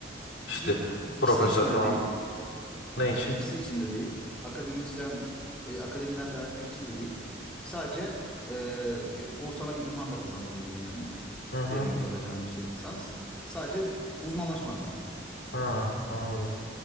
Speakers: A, on the left (about 70°); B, in the centre.
A: İşte
B: Y- İkisi
A: profesör
B: için
A: falan.
B: de değil.
A: Ne için?
B: İkisi için de değil. Akademisyen e, akademiden devam etmek için de değil. Sadece e, o sana bir ünvan da kazandırmıyor yani.
A: Hı hı.
B: Benim yapacağım yüksek lisans. Sadece uzmanlaşma adına.
A: Ha, anladım.